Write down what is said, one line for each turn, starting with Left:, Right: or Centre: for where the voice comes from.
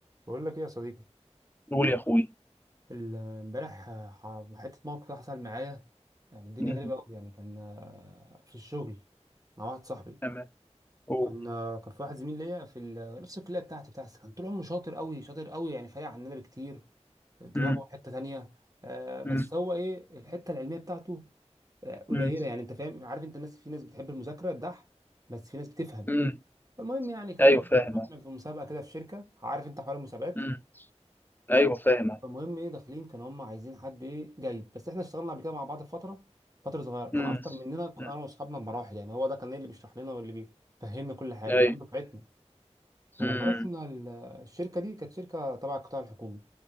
Right: بقول لك ايه يا صديقي
Left: قول يا اخوي
Right: ال- امبارح آه، ح- حتة موقف كده حصل معايا يعني الدنيا
Left: مم.
Right: غريبة أوي يعني كان آه، في الشغل مع واحد صاحبي
Left: تمام قول
Right: كان آه، كان في واحد زميل ليا في ال- نفس الكلية بتاعتي بتاع الس- كان طول عمره شاطر أوي شاطر أوي يعني فارق عننا بكتير دماغه
Left: مم.
Right: حتة تانية آه، بس
Left: مم.
Right: هو إيه الحتة العلمية بتاعته آه، قليلة
Left: مم.
Right: يعني أنت فاهم عارف أنت الناس في ناس بتحب المذاكرة الدح بس في ناس بتفهم
Left: مم.
Right: المهم يعني كنا
Left: ايوه
Right: رحنا
Left: فاهم
Right: رحنا
Left: أهو.
Right: في مسابقة كده في شركة عارف أنت حوار المسابقات
Left: مم. ايوه فاهم أهو.
Right: فالمهم ايه داخلين كانوا هم عايزين حد ايه جيد بس احنا اشتغلنا قبل كده مع بعض فتره فتره صغيره كان
Left: مم.
Right: اشطر مننا انا
Left: مم.
Right: واصحابنا بمراحل يعني هو ده كان إيه اللي بيشرح لنا واللي بيفهمنا كل حاجه
Left: ايوه
Right: مع انه دفعتنا فلما
Left: مم.
Right: رحنا ال- الشركه دي كانت شركه تبع القطاع الحكومي